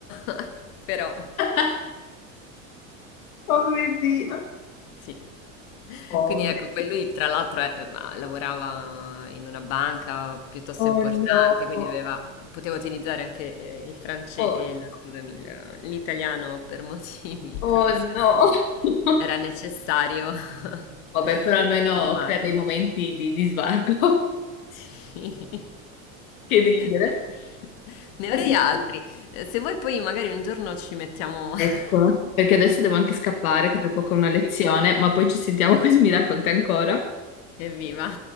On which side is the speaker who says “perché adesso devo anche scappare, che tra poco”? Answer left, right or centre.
Left